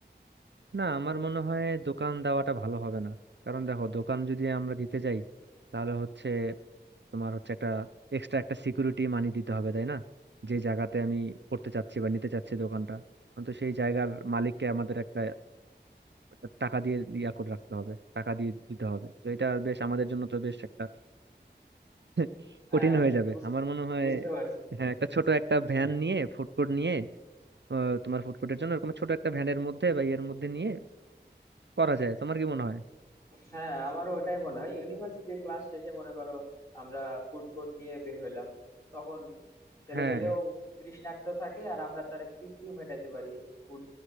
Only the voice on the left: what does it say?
হ্যাঁ
বুঝ-
বুঝতে পারছি
হ্যাঁ আমারও ওটাই মনে হয় ইউনিভার্সিটির ক্লাস শেষে মনে করো আমরা ফুড কোর্ট নিয়ে বের হইলাম তখন ছেলে
পেলেও তৃষ্ণার্ত থাকে আর আমরা তার তৃপ্তিও মেটাতে পারি ফুড